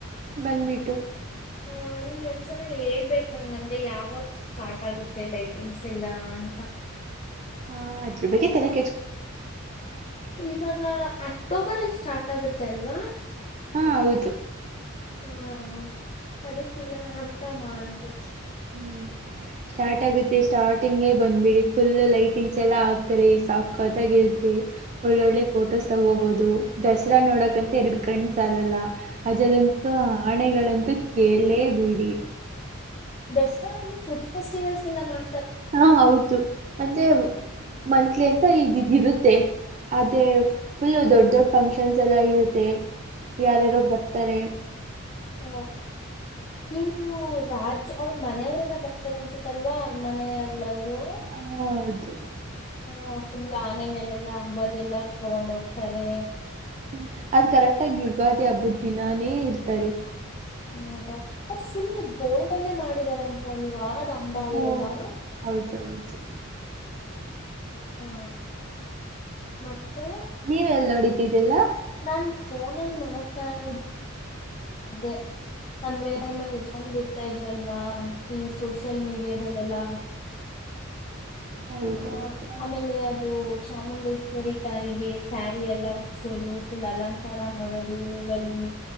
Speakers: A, on the right; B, on the left.
A: ಬಂದ್ಬಿಟ್ಟು.
B: ಹ ನಿನ್ ಒಂದ್ಸಲ ಹೇಳ್ಬೇಕು ನಂಗ ಅಂದ್ರೆ ಯಾವಾಗ ಸ್ಟಾರ್ಟ್ ಆಗುತ್ತೆ ಲೈಟಿಂಗ್ಸ್ ಎಲ್ಲಾ ಅಂತ
A: ಹ ಅದರ ಬಗ್ಗೆ ತಲೆ ಕೇ
B: ಇವಾಗ ಅಕ್ಟೋಬರ್ ಅಲ್ಲಿ ಸ್ಟಾರ್ಟ್ ಆಗತ್ತೆ ಆಗತ್ತೆ ಅಲ್ವಾ?
A: ಹಾ ಹೌದು
B: ಹ್ಮ ಅದೇ ಕೇಳೋಣ ಅಂತ ಮಾಡ್ದೆ
A: ಹ್ಮ್. ಸ್ಟಾರ್ಟ್ ಆಗುತ್ತೆ ಸ್ಟಾರ್ಟಿಂಗ್ಗೆ ಬಂದ್ಬಿಡಿ ಫುಲ್ ಲೈಟಿಂಗ್ಸ್ ಎಲ್ಲಾ ಹಾಕ್ತಾರೆ ಈ ಸಾಕ ಸಕ್ಕತ್ <unintelligible> ಒಳ್ಳೊಳ್ಳೆ ಫೋಟೋಸ್ ತಗೋಬಹುದು ದಸರಾ ನೋಡಕಂತು ಎರಡು ಕಣ್ಣ ಸಾಲಲ್ಲ ಅದಲ್ಲಂತೂ ಆಣೆಗಳಂತೂ ಕೇಳಲೇಬೇಡಿ.
B: ದಸರಾದಲ್ಲಿ ಫುಡ್ ಫೆಸ್ಟಿವಲ್ಸ್ ಎಲ್ಲ ಮಾಡ
A: ಹಾ ಹೌದು ಅಂದ್ರೆ ಮಂತ್ಲಿ ಅಂತ <unintelligible> ಇರುತ್ತೆ ಅದೇ ಫುಲ್ ದೊಡ್ಡ ದೊಡ್ಡ ಫಂಕ್ಷನ್ಸ್ ಎಲ್ಲ ಇರುತ್ತೆ ಯಾರ್ಯಾರೋ ಬರ್ತಾರೆ.
B: ಹ ಇವರು ರಾಜ್ ಅವ್ರ ಮನೆಯವರೆಲ್ಲ ಬರ್ತಾರೆ ಅನ್ಸುತ್ತ. ಅಲ್ವಾ ಅರಮನ ಅಲ್ಲ ಅವರು
A: ಹಾ, ಹೌದು
B: ಹ ಫುಲ್ ಆನೆ ಮೇಲೆಲ್ಲಾ ಅಂಬರಿ ಎಲ್ಲ. ತಗೊಂಡ ಹೋಗ್ತಾರೆ.
A: ಹ್ಮ ಅದ್ ಕರೆಕ್ಟಾಗಿ ಯುಗಾದಿ ಹಬ್ಬದ ದಿನಾನೇ ಇರ್ತಾರೆ.
B: ಹೌದಾ ಮತ್ತೆ ಫುಲ್ ಗೋಲ್ಡನ್ನೇ ಮಾಡಿದಾರಂತೆ ಅಲ್ವಾ
A: ಹ್ಮ
B: ಅದು ಅಂಬಾರಿ ಎಲ್ಲಾ.
A: ಹೌದೌದು
B: ಹಾ ಮತ್ತೆ
A: ನೀವೆಲ್ಲಿ ನೋಡಿದ್ದಿದೆಲ್ಲ
B: ನಾನ್ ಫೋನಲ್ಲಿ ನೋಡ್ತಾ ಇದೆ ಅಂದ್ರೆ ಟೈಮಲ್ಲಿ ಎಷ್ಟನ್ ಬಿಡ್ತಾ ಇದ್ರಲ್ವಾ ಈ ಸೋಷಿಯಲ್ ಮೀಡಿಯಾದಲ್ಲೆಲ್ಲ.
A: ಹೌದೌದು
B: ಹ ಆಮೇಲೆ ಅದು ಚಾಮುಂಡೇಶ್ವರಿ ತಾಯಿಗೆ ಸ್ಯಾರಿ ಎಲ್ಲ ಉಟ್ಸೋದು ಫುಲ್ ಅಲಂಕಾರ ಮಾಡೋದು ಹೂವಲ್ಲಿ